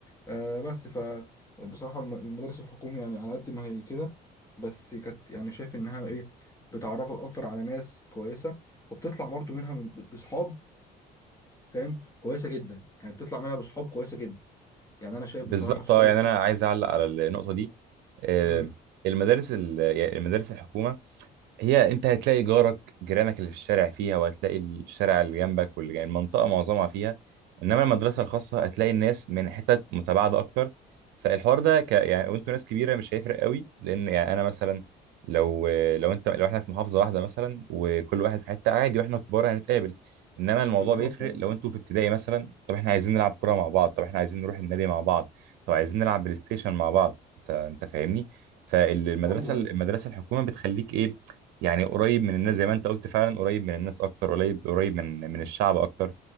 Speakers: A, on the left; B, on the right.
A: آه بس فبصراحة المدارس الحكومي يعني على قد ما هي كده بس كانت يعني شايف إنها إيه بتعرفك أكتر على ناس كويسة وبتطلع برضو منها من ب- بصحاب فاهم كويسة جدا يعني بتطلع منها بصحاب كويسة جدا يعني أنا شايف
B: بالظبط
A: بصراحة صحابي
B: اه يعني انا عايز اعلق على النقطه دي آه،
A: مم.
B: المدارس ال- يعني المدارس الحكومه هي انت هتلاقي جارك جيرانك اللي في الشارع فيها وهتلاقي الشارع اللي جنبك واللي جنب المنطقه معظمها فيها انما المدرسه الخاصه هتلاقي الناس من حتت متباعده اكتر فالحوار ده ك... يعني وانتوا ناس كبيره مش هيفرق قوي لان يعني انا مثلا لو لو انت لو احنا في محافظه واحده مثلا وكل واحد في حته عادي واحنا كبار هنتقابل انما الموضوع
A: بالظبط
B: بيفرق لو انتوا في ابتدائي مثلا طب احنا عايزين نلعب كوره مع بعض طب احنا عايزين نروح النادي مع بعض طب عايزين نلعب بلاي ستيشن مع بعض انت انت فاهمني فالمدرسه
A: أيوه
B: المدرسه
A: أيوه
B: الحكومه بتخليك ايه يعني قريب من الناس زي ما انت قلت فعلا قريب من الناس اكتر قريب قريب من من الشعب اكتر